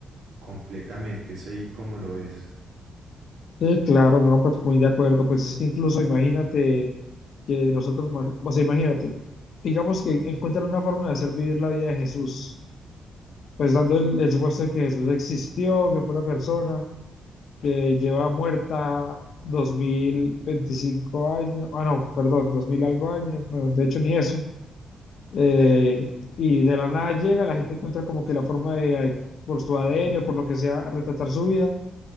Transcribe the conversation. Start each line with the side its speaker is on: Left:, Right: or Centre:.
Right: completamente. Es ahí como lo es.
Left: Sí, claro, no, pues muy de acuerdo. Pues es que incluso imagínate que nosotros, ma- o sea, imagínate, digamos que encuentran una forma de hacer vivir la vida de Jesús, pues dando el, el supuesto de que Jesús existió, que fue una persona que lleva muerta 2025 años, ah, no, perdón, 2000 algo años, bueno, de hecho ni eso. Eh, y de la nada llega, la gente encuentra como que la forma de, eh, por su ADN o por lo que sea, retratar su vida